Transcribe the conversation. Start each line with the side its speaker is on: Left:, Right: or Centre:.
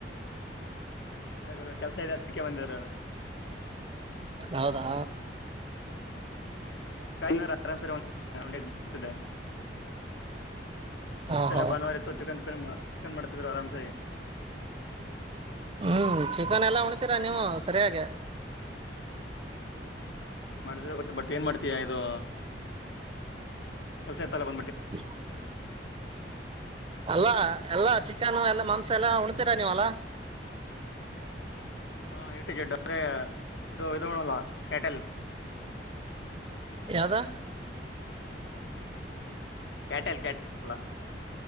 Left: ಎಲ್ಲ ಗ ಕೆಲ್ಸ ಇದೆ ಅದಕ್ಕೆ ಬಂದರು
Right: ಹೌದಾ
Left: ಹಾ ಏನ್ ಕ ಆರಾಮ್ಸರಿ ಒಂದಂ ಬತಿದೆ ಇವತ್ತೆಲ್ಲ
Right: ಓಹೋ
Left: ಭಾನುವಾರ ಇತ್ತು ಚಿಕನ್ನ್ ಚಿಕನ್ ಮಾಡ್ತಿದ್ರು ಆರಾಮ್ ಸರಿ
Right: ಹ್ಮ್ ಚಿಕನ್ ಎಲ್ಲ ಉಣತೀರಾ ನೀವು ಸರಿಯಾಗಿೆ
Left: ಹ್ಮ್ ಮಾಡತ್ತ ಬಟ್ ಏನ್ ಮಾಡ್ತಯಾ ಇದು ಕೆಲ್ಸ ತಲ್ಲ ಬಂದ್ಬಿಟ್ಟ
Right: ಹ್ಮ ಅಲ್ಲ ಎಲ್ಲಾ ಚಿಕನು ಎಲ್ಲಾ ಮಾಂಸ ಎಲ್ಲಾ ಉಣ್ತೀರ ನೀವಲ್ಲ
Left: ಹಾ ಎಟು ಜಡ್ಡು ಅ್ರೆ ಇದು ಇದಣಲ್ಲ ಕ್ಯಾಟೆಲ್
Right: ಯಾವದ
Left: ಕೇಟಲ್ ಕಟಲ್ಲ